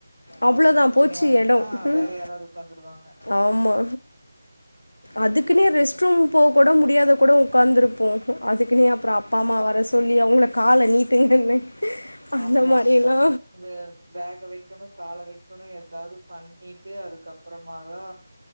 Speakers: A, on the left; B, on the right.
A: அவ்ளோதா
B: அவுங்க என்ன
A: போச்சு
B: பண்ணு வாங்கன்னா
A: எடோ ம்
B: வேற யாராது உக்காந்துருவாங்க
A: ஆமா அதுக்குனே ரெஸ்ட் ரூம் போக கூட முடியாத கூட உக்கார்ந்துருப்போ அதுக்குனே அப்றோ அப்பா அம்மா வர சொல்லி அவுங்கள கால நீட்டுங்கனு அந்த
B: ஆமா
A: மாரில்லா
B: இந்த பேக வைக்கணு கால வைக்கணு ஏதாது பண்ணிட்டு அதுக்கப்றமாதா